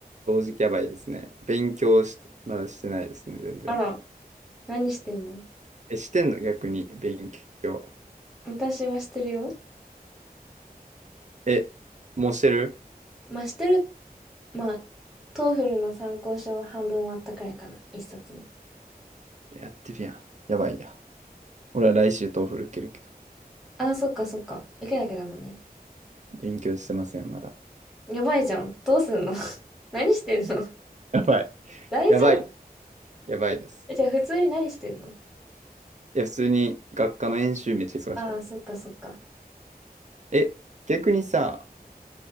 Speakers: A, on the right; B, in the centre.
A: 正直やばいですね。勉強し、まだしてないですね、全然。
B: あら、何してんの
A: え、してんの逆に、勉強。
B: 私はしてるよ。
A: え、もうしてる
B: まあ、してる、まあ、トーフルの参考書は半分終わったくらいかな、一冊の。
A: いややってるやん。やばいや。俺は来週トーフル受けるけど、
B: ああ、そっかそっか。受けなきゃだもんね。
A: 勉強してません、まだ。
B: やばいじゃん。どうすんの <laughs> 何してんの
A: やばい。
B: 大丈夫
A: やばい。やばいです。
B: え、じゃあ普通に何してんの
A: いや、普通に学科の演習めっちゃ忙しかっ
B: ああそっかそっか。
A: た。え、逆にさ、